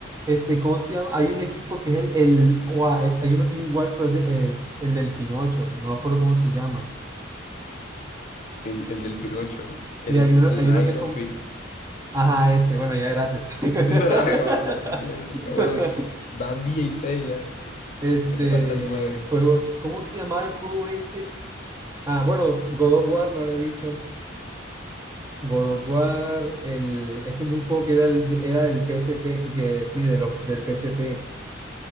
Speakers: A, on the right; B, on the left.
A: este, ¿cómo se llama? Hay un equipo que es el, el ua- eh, hay uno que es igual, pero es, de- es el del Pinocho, no me acuerdo cómo se llama.
B: El, el del Pinocho.
A: Sí,
B: El
A: hay uno,
B: Lies
A: hay uno que es
B: of
A: como,
B: P.
A: ajá, ese, bueno, ya, gracias. <laughs>
B: <laughs> Acabate la sabía, marica. Bueno, di- van 16, dale. Que,
A: Este,
B: que te faltan nueve
A: juegos, ¿cómo se llamaba el juego este? Ah, bueno, God of War, no le he dicho. God of War, el, es que hay un juego que era, el- era del P S P y que sí, de los del P S P